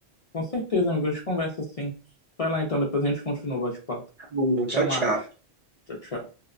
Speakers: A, on the left; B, on the right.
A: com certeza, amigo, a gente conversa assim. Vai lá, então, depois a gente continua o bate-papo.
B: Tá bom, tchau,
A: Até mais.
B: tchau.
A: Tchau, tchau.